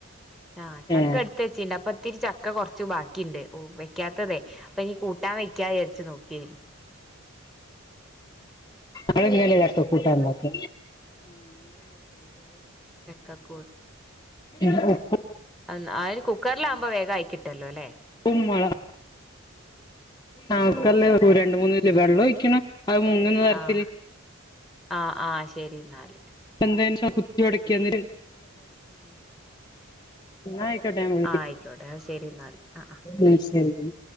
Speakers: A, in the centre; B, on the left (about 20°).
A: ആഹ് ചക്ക
B: ഏ
A: എട്ത്തേച്ചിണ്ടപ്പത് ഇത്തിരി ചക്ക കൊറ്ച്ച് ബാക്കിണ്ട് ഓ വെക്ക്യാത്തതെ അപ്പെനി കൂട്ടാൻ വ ക്യായാര്ച്ചു നോക്കീനി
B: അഎങ്ങനെ ചക്കകൂട്ടാണ്ടാക്ക
A: കക്കോട്ട്
B: ഇല്ലഉപ്പ്
A: അല്ല അയ് കുക്കറ്ലാവ്മ്പം വേഗാ യിക്കിട്ടല്ലോലെ
B: ഉമ്മള ആക്കല്ല
A: ഓ ഓ
B: രണ്ട് മൂന്ന് ഇല്ല വെള്ളോഴിക്കണം അത് മുങ്ങ്ന്ന തരത്തില്
A: ആഹ് ആഹ് ആഹ് ശരി ഇന്നാൽ
B: <unintelligible> കുത്തിയൊടക്കാ <unintelligible> ന്നാ അയി ക്കോട്ടെ ഞാൻ വിളിക്കാം
A: ആഹ് ആയിക്കോട്ടെ ശരി എന്നാല് ആഹ്
B: ഉം ശരി ന്നാ.